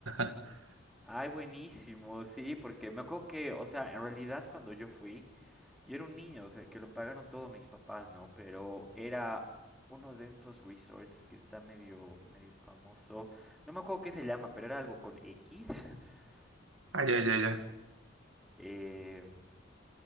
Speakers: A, on the right; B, in the centre.
A: <laughs>
B: Ay, buenísimo, sí, porque me acuerdo que, o sea, en realidad cuando yo fui, yo era un niño, o sea, que lo pagaron todos mis papás, ¿no? Pero era uno de estos resorts que está medio, medio famoso. No me acuerdo qué se llama, pero era algo con X. <laughs>
A: Ah, ya, ya, ya.
B: em,